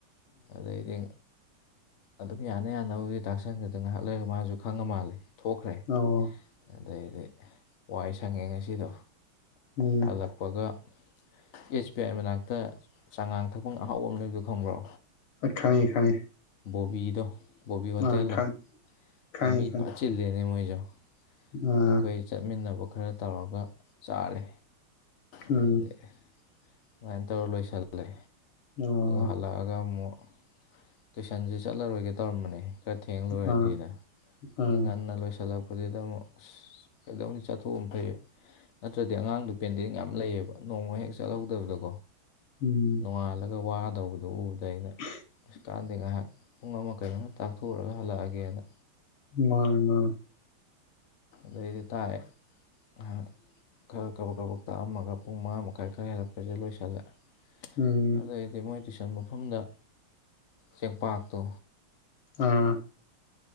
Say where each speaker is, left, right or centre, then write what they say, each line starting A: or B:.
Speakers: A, on the left; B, on the left.
A: ꯑꯗꯩꯗꯤ꯫ ꯑꯗꯨꯝ ꯌꯥꯅ ꯌꯥꯅꯕꯕꯨꯗꯤ ꯇꯥꯛꯁꯟꯈ꯭ꯔꯦꯗ ꯉꯥꯏꯍꯥꯛ ꯂꯩꯔꯒ ꯃꯥꯁꯨ ꯈꯪꯉ ꯃꯥꯜꯂꯦ ꯊꯣꯛꯈ꯭ꯔꯦ
B: ꯑꯣ
A: ꯑꯗꯩꯗꯤ ꯋꯥꯏ ꯁꯪꯉꯦ ꯉꯁꯤꯗꯣ
B: ꯎꯝ
A: ꯍꯜꯂꯛꯄꯒ ꯑꯦꯁ ꯕꯤ ꯑꯥꯏ ꯃꯅꯥꯛꯇ ꯆꯥꯉꯥꯡ ꯊꯛꯄ ꯑꯍꯥꯎꯕ ꯑꯃ ꯂꯩꯕꯗꯣ ꯈꯪꯕ꯭ꯔꯣ
B: ꯑ ꯈꯪꯉꯤ ꯈꯪꯉꯤ꯫
A: ꯕꯣꯕꯤꯗꯣ ꯕꯣꯕꯤ ꯍꯣꯇꯦꯜꯗꯣ
B: ꯑꯥ ꯈꯪ ꯈꯪꯉꯤ
A: ꯑꯗꯣ ꯃꯤ
B: ꯈꯪꯉꯤ
A: ꯆꯤꯜꯂꯤꯦꯅꯦ ꯃꯣꯏꯁꯨ
B: ꯑꯥ
A: ꯑꯩꯈꯣꯏ ꯆꯠꯃꯤꯟꯅꯕ ꯈꯔ ꯇꯧꯔꯒ ꯆꯥꯔꯦ
B: ꯎꯝ
A: ꯑꯩꯗꯤ ꯑꯗꯨꯃꯥꯏꯅ ꯇꯧꯔ ꯂꯣꯏꯁꯤꯜꯂꯦ
B: ꯑꯣ
A: ꯍꯥꯜꯂꯑꯒ ꯃ ꯇꯨꯏꯁꯟꯖꯤ ꯆꯠꯂꯔꯣꯏꯒꯦ ꯇꯧꯔꯝꯕꯅꯦ ꯈꯔ ꯊꯦꯡ ꯂꯣꯏꯔꯗꯤꯅ
B: ꯑꯥ ꯑꯥ
A: ꯑꯗꯨ ꯉꯟꯅ ꯂꯣꯏꯁꯤꯜꯂꯛ ꯑꯗꯨꯗ ꯑꯃꯨꯛ ꯀꯩꯗꯧꯅꯤ ꯆꯥꯊꯣꯛꯑꯝ ꯐꯩꯌꯦ꯫ ꯅꯠꯇ꯭ꯔꯗꯤ ꯑꯉꯥꯡꯗꯨ ꯄꯦꯟꯗꯤꯡ ꯌꯥꯝ ꯂꯩꯌꯦꯕ ꯅꯣꯡꯃ ꯍꯦꯛ ꯆꯠꯍꯧꯗꯕꯗꯀꯣ
B: ꯎꯝ
A: ꯅꯣꯡꯉꯥꯜꯂꯒ ꯋꯥꯗꯧꯕꯗꯣ ꯎꯕꯗ ꯑꯩꯅ
B: <unintelligible>
A: ꯑꯛꯀꯥꯟꯗꯤ ꯉꯥꯏꯍꯥꯛ ꯄꯨꯡ ꯑꯃ ꯀꯩꯅꯣꯝ ꯇꯥꯛꯊꯣꯛꯎꯨꯔꯒ ꯍꯜꯂꯛꯑꯒꯦꯅ
B: ꯃꯥꯅꯦ ꯃꯥꯅꯦ
A: ꯂꯩ ꯂꯩꯇꯥꯏ ꯉꯥꯏꯍꯥꯛ ꯈꯔ ꯀꯕꯛ ꯀꯕꯛ ꯇꯥꯛꯑꯝꯃꯒ ꯄꯨꯡ ꯃꯉꯥ ꯃꯈꯥꯏ ꯈꯔ ꯍꯦꯜꯂꯛꯄꯁꯤ ꯂꯣꯏꯁꯤꯜꯂꯑꯦ
B: ꯎꯝ
A: ꯑꯗꯨꯏꯗꯤ ꯃꯣꯏ ꯇꯨꯏꯁꯟ ꯃꯐꯝꯗ ꯆꯦꯡꯄꯥꯛꯇꯣ
B: ꯎꯝ